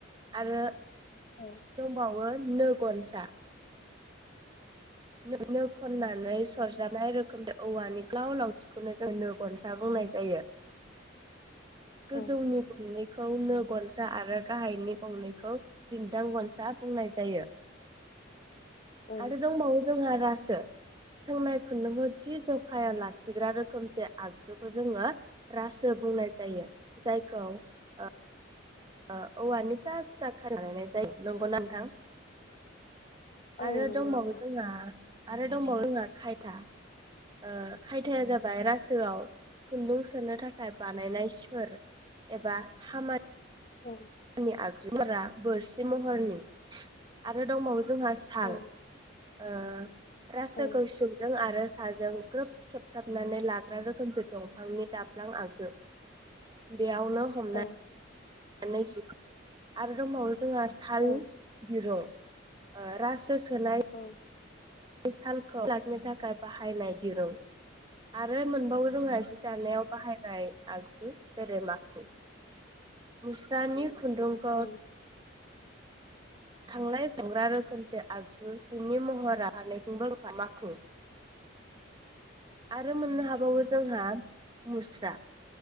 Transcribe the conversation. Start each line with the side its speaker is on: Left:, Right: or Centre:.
Right: आरो
Left: औ
Right: दंबावो नो गनसा <unintelligible> नो खननानै सरजाब ननाय रखम द औानि <unintelligible> गोलाव लावथिखौनो जोङो गनसा बुंनाय जायो गोजौनि
Left: औ
Right: गंनै खौ नो गनसा आरो गाहायनि गंनैखौ दिनदां गनसा बुंनाय जायो
Left: औ
Right: आरो दंबावो हा रासो सोंनाय खुन्दुंखौ थि जखायाव लाखिग्रा रोखोमसे आगजुखौ जोङो रासो बुंनाय जायो जायखौ ओ ओ औवानि फिसा फिसा खाय बानायनाय जायो नंगौना नोंथां?
Left: औ
Right: आरो
Left: नंगौ
Right: दंबावो
Left: नोंथां
Right: जोंहा आरो दंबावो जोंहा खाइथा ओ खाइथाया जाबाय रासोआव खुन्दुं सोनो थाखाय बानायनाय सोर एबा थामा
Left: औ
Right: नि आगजु <unintelligible> बोरसि महरनि आरो दंबावो जोंहा साल।
Left: औ
Right: ओ रासोखौ
Left: औ
Right: सिंजों आरो साजों ग्रोब खेबथाबनानै लाग्रा रोखोमसे दंफांनि दाब्लां आगजु। बेयावनो हमना
Left: औ
Right: दानाय सि। आरो दंबावो जोंहा साल
Left: ओं
Right: दिरुं। ओ रासो सोनाय
Left: औ
Right: सालखौ <unintelligible> थाखाय बाहायनाय दिरुं आरो मोनबावो जोंना जि दानायाव बाहायनाय आगजु जेरै माखु मुस्रानि खुन्दुंखौ
Left: औ
Right: थांलाय <unintelligible> रोखोमसे आगजु सिंनि महरा फारनैथिंबो <unintelligible> माखु आ रो मोननो हाबावो जोंहा मुस स्रा।